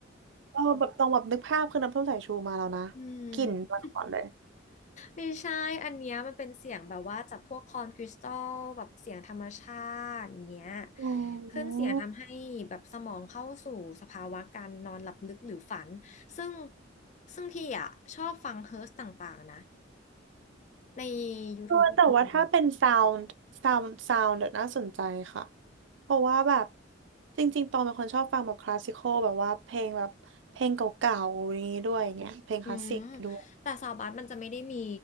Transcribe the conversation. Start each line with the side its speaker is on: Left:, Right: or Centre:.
Right: เออแบบตองแบบนึกภาพคือน้ำส้มสายชูมาแล้วนะ
Left: อืม
Right: กลิ่นมาก่อนเลย
Left: ไม่ใช่อันเนี้ยมันเป็นเสียงแบบว่าจากพวกคอนคริสตัลแบบเสียงธรรมชาติอย่างเงี้ย
Right: อ๋อ
Left: ขึ้นเสียงทำให้แบบสมองเข้าสู่สภาวะการนอนหลับลึกหรือฝัน ซึ่งซึ่งพี่อ่ะชอบฟังเฮิร์สต่างๆนะใน YouTube
Right: เออแต่ว่าถ้าเป็นซาวด์ซาวด์ซาวด์เดี๋ยวน่าสนใจค่ะ
Left: บะมี
Right: เพราะว่าแบบจริงๆตองเป็นคนชอบฟังแบบคลาสสิคอลแบบว่าเพลงแบบเพลงเก่าๆนี้ด้วยเนี่ยเพลงคลาสสิกด้วย
Left: อืมแต่ซาวบัสมันจะไม่ได้มี